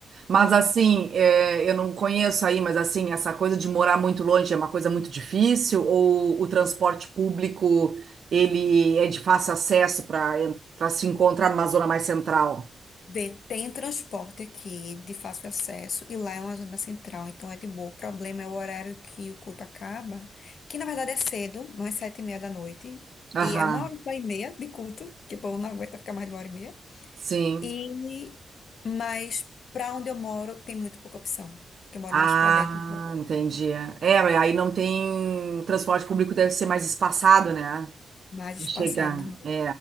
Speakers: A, on the right; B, on the left.
A: Mas assim,
B: é.
A: é, eu não conheço aí, mas assim, essa coisa de morar muito longe é uma coisa muito difícil ou o transporte público ele é de fácil acesso para para se encontrar numa zona mais central?
B: Vê, tem transporte aqui de fácil acesso e lá é uma zona central, então é de boa. O problema é o horário que o culto acaba, que na verdade é cedo, umas sete e meia da noite.
A: Aham,
B: E é uma hora e meia de culto, que o povo não aguenta ficar mais de uma hora e meia.
A: sim.
B: E, mas para onde eu moro tem muito pouca opção. que eu moro
A: Ah,
B: mais para dentro, então,
A: entendi. É, mas aí não tem. O transporte público deve ser mais espaçado, né?
B: mais espaçado
A: Chegar.
B: de novo.
A: É,